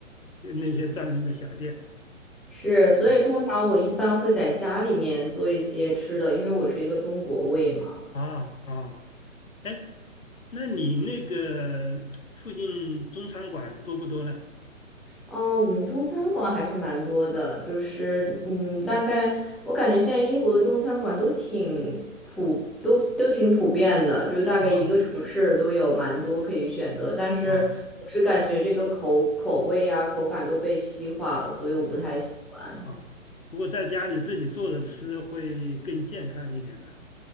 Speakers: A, on the left; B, in the centre.
A: 就那些专门的小店。
B: 是，所以通常我一般会在家里面做一些吃的，
A: 哎
B: 因为我是一个中国胃嘛。
A: 啊啊，哎，那你那个附近中餐馆多不多呢？
B: 哦，我们中餐馆还是蛮多的，就是嗯，大概我感觉现在英国的中餐馆都挺普，都都挺普遍的，就是大概一个城市都有蛮多可以选择。
A: 啊
B: 但是我是感觉这个口口味呀、
A: 啊
B: 口感都被西化了，所以我不太喜欢。
A: 啊啊！不过在家里自己做着吃会更健康一点的。